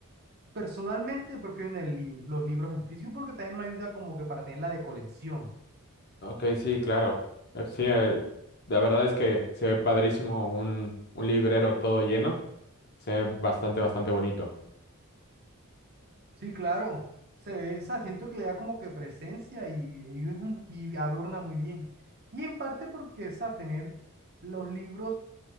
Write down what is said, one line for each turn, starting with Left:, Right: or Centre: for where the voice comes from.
Right: personalmente prefiero en el lib- los libros en físico porque también me ayuda como que para tener la de colección.
Left: Ok, sí, claro. Eh, Sí, eh, la verdad es que se ve padrísimo un, un librero todo lleno. Se ve bastante, bastante bonito.
Right: Sí, claro. Se ve, o sea, siento que le da como que presencia y, y, es un- y adorna muy bien. Y en parte porque, o sea, tener los libros,